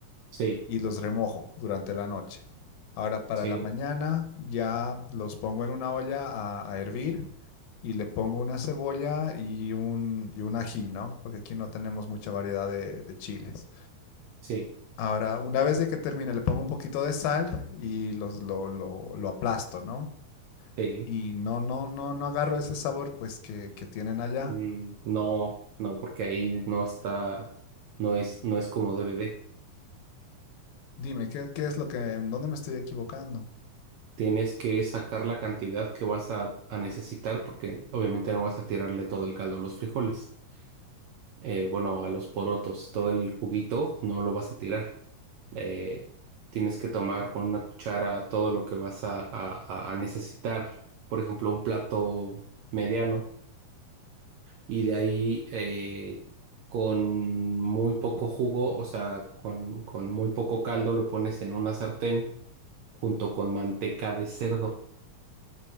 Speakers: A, on the right (about 75°); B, on the left (about 80°).
A: sí,
B: y los remojo durante la noche. Ahora para
A: sí,
B: la mañana ya los pongo en una olla a, a hervir y le pongo una cebolla y un, y un ají, ¿no? Porque aquí no tenemos mucha variedad de, de chiles.
A: sí,
B: Ahora, una vez de que termine, le pongo un poquito de sal y los, lo, lo- lo aplasto, ¿no?
A: sí.
B: Y no, no, no, no agarro ese sabor pues que, que tienen allá.
A: Mm, no, no, porque ahí no está, no es, no es como DVD.
B: Dime, ¿qué, qué es lo que, en dónde me estoy equivocando?
A: Tienes que sacar la cantidad que vas a, a necesitar porque obviamente no vas a tirarle todo el caldo a los frijoles. Eh, bueno, a los porotos, todo el juguito no lo vas a tirar. eh, tienes que tomar con una cuchara todo lo que vas a, a- a- a necesitar, por ejemplo, un plato mediano, y de ahí eh, con muy poco jugo, o sea, con, con muy poco caldo, lo pones en una sartén junto con manteca de cerdo,